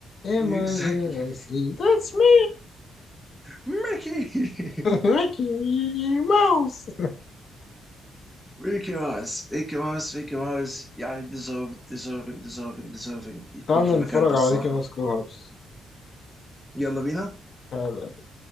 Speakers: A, on the left; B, in the centre.
A: ام اي
B: اكزاكتلي
A: يو اي سي ذاتس مي
B: ميكي
A: ميكي ماوس
B: ميكي ماوس ميكي ماوس ميكي ماوس يعني ديزيرف ديزيرفينج ديزيرفينج ديزيرفينج يكون
A: تعال
B: في المكان
A: نتفرج
B: ده الصراحه
A: على ميكي ماوس كلوب هاوس
B: يلا بينا
A: تعال